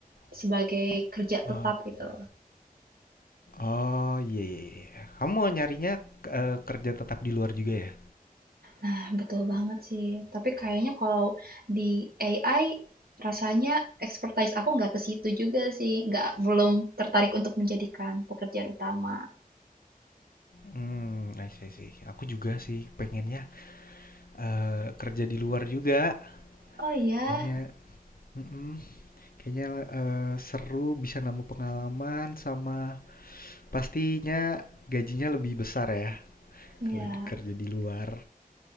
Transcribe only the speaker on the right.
sebagai kerja
tetap gitu.
Nah, betul banget sih. Tapi kayaknya kalau di AI rasanya expertise aku nggak ke situ juga sih, nggak belum tertarik untuk menjadikan pekerjaan utama.
Oh iya,
ya.